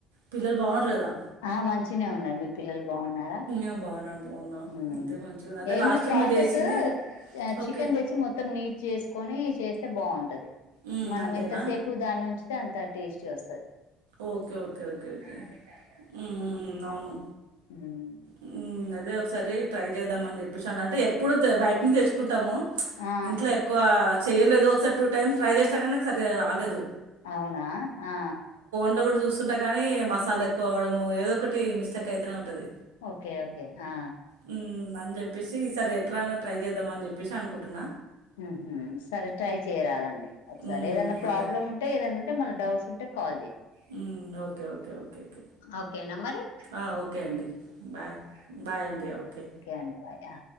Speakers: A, on the right (about 80°); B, on the left (about 80°).
A: పిల్లలు బాగున కదా
B: ఆ మంచినే ఉన్న మీ పిల్లలు బాగున్నారా
A: ఆ, బాగున్నాను బాగున్నాను
B: హ్మ్
A: అంతే మంచిగా అదే
B: ఏం
A: లాస్ట్
B: లే
A: టైం
B: ప్రాసెస్
A: మీరు చేసింది
B: చికెన్
A: ఓకే
B: తెచ్చి మొత్తం నీట్ చేసుకొని చేస్తే బాగుంటది
A: ఉమ్,
B: మనం
A: అంతేనా
B: ఎంతసేపు దాని నుంచితే అంత టేస్టీ వస్ స
A: ఓకే ఓకే ఓకే ఓకే హ్మ్ హ్మ్ అవును
B: హ్మ్
A: హ్మ్. అదే ట్రై చేద్దామని చెప్పేసి అంటే ఎప్పుడు బయటి నుంచి తెచ్చుకుంటాము.
B: ఆ
A: ఇంట్లో ఎక్కువా చేయలేదు ఒకసారి టూ టైమ్స్ ట్రై చేసిన కానీ నాకు సరిగా రాలేదు.
B: అవునా ఆ
A: అట్ల కూడా చూస్తుంట కానీ మసాలా ఎక్కువ అవ్వడము ఏదో ఒకటి మిస్టేక్ అయితనే ఉంటది.
B: ఒకే ఒకే ఆ
A: హ్మ్. అని చెప్పేసి ఈసారి ఎట్లైన ట్రై చేద్దాం అని చెప్పేసి అనుకుంటున్న.
B: హ్మ్ హు సరే ట్రై చేయరాదండి ఒకసారి
A: హ్మ్.
B: ఏదన్న ప్రాబ్లమ్
A: అదే.
B: ఉంటే ఏదైనా ఉంటే మళ్ళ డౌట్స్ ఉంటే కా
A: హ్మ్ ఓకే ఓకే ఓకే ఓకే
B: ఓకేనా మరి
A: ఆ ఓకే అండి బాయ్ బాయ్ అండి ఓకే
B: అండి బాయ్ ఆ